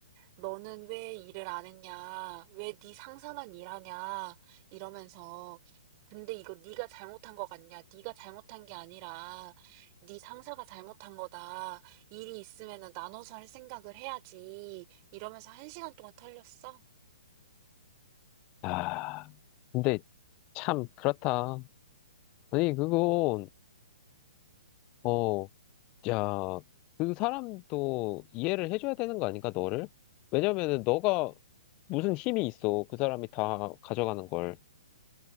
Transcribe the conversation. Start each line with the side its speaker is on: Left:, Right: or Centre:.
Right: 너는 왜 일을 안 했냐? 왜 네 상사만 일하냐? 이러면서 근데 이거 네가 잘못한 거 같냐? 네가 잘못한 게 아니라 네 상사가 잘못한 거다. 일이 있으면은 나눠서 할 생각을 해야지. 이러면서 한시간 동안 털렸어.
Left: 아, 근데 참 그렇다. 아니, 그건, 어, 야, 그 사람도 이해를 해줘야 되는 거 아닌가, 너를? 왜냐면은 너가 무슨 힘이 있어. 그 사람이 다 가져가는 걸.